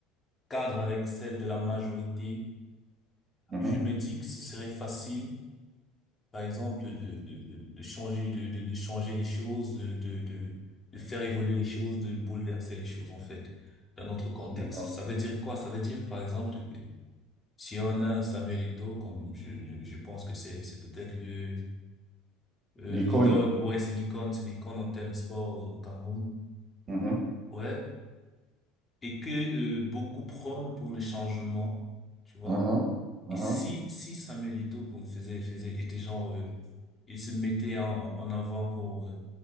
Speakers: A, on the left; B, on the right.
A: cadre avec celle de la majorité,
B: mhm.
A: je me dis que ce serait facile, par exemple, de, de, de, de changer, de, de, de changer les choses, de, de, de, de faire évoluer les choses, de bouleverser les choses, en fait, dans notre contexte.
B: D'accord.
A: Ça veut dire quoi? Ça veut dire, par exemple, que si on a un Samuel Eto'o, comme je, je je pense que c'est, c'est peut-être le, euh,
B: L'icône.
A: l'idole, ouais, c'est l'icône, c'est l'icône en termes sport au Cameroun.
B: Mhm,
A: Ouais, et que euh, beaucoup prônent pour le changement, tu vois.
B: mhm, mhm,
A: Et si si Samuel Eto'o pour- faisait faisait était genre euh, il se mettait en, en avant pour euh,